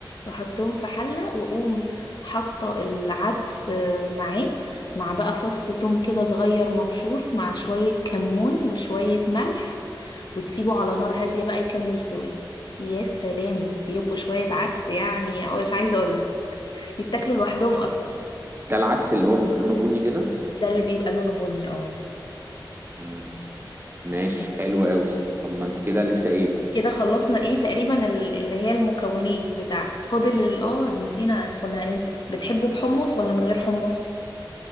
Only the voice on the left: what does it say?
واحطهم في حلة واقوم حاطة العدس آه، معاه مع بقى فص توم كده صغير مبشور مع شوية كمون وشوية ملح وتسيبه على نار هادية بقى يكمل سوية يا سلام يبقوا شوية عدس يعني او مش عايزة اقولك يتاكلوا لوحدهم اصلا
ده اللي بيبقى لونه بني اه
كده خلصنا ايه تقريبا ال- اللي هي المكونات بتاعته فاضل ال- اه نسينا كنا هننسى بتحبه بحمص ولا من غير حمص